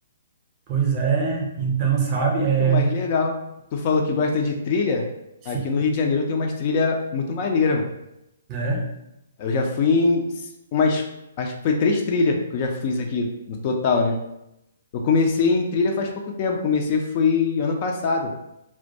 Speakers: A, on the right (about 30°); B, on the left (about 40°).
A: Pois é, então, sabe, é,
B: Pô, mas legal. Tu falou que gosta de trilha.
A: sim,
B: Aqui no Rio de Janeiro tem umas trilhas muito maneiras, mano.
A: né?
B: Eu já fui em umas. Acho que foi três trilhas que eu já fiz aqui no total, né? Eu comecei em trilha faz pouco tempo. Comecei foi ano passado.